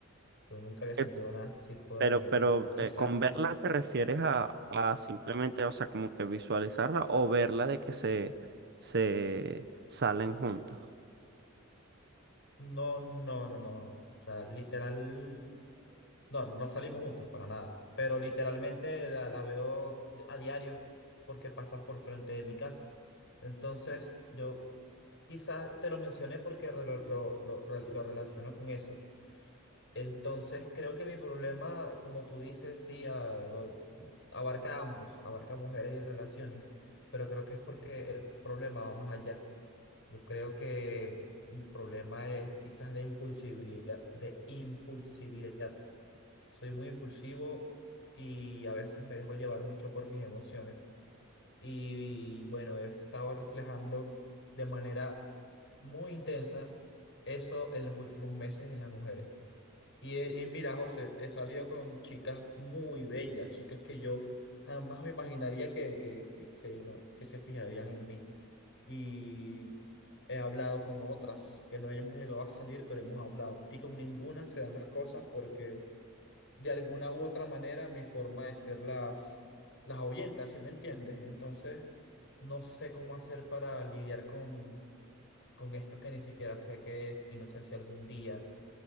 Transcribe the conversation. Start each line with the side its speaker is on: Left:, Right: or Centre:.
Left: Yo nunca había sentido
Right: Eh,
Left: nada así por
Right: Pero,
Left: alguien.
Right: pero
Left: Quizás,
Right: eh, con verla te refieres a, a simplemente, o sea, como que visualizarla o verla de que se, se salen juntos.
Left: no, no, no, no. O sea, literal, no, no, no salimos juntos para nada. Pero literalmente la, la veo a diario porque pasa por frente de mi casa. Entonces, yo quizás te lo mencioné porque re- lo, lo, lo- re- lo relaciono con eso. Entonces, creo que mi problema, como tú dices, sí, a- abarca a ambos, abarca mujeres y relaciones. Pero creo que es porque el problema va más allá. Yo creo que mi problema es quizás de impulsibilidad, de impulsividad. Soy muy impulsivo y a veces me dejo llevar mucho por mis emociones. Y bueno, he estado reflejando de manera muy intensa eso en los últimos meses en las mujeres. Y, he- y mira, José, he salido con chicas muy bellas, chicas que yo jamás me imaginaría que, que, que se, no, que se fijarían en mí y he hablado con otras que no hemos llegado a salir, pero hemos hablado. Y con ninguna se dan las cosas porque de alguna u otra manera mi forma de ser las, las ahuyenta, ¿sí me entiendes? Entonces no sé cómo hacer para lidiar con, con esto que ni siquiera sé qué es y no sé si algún día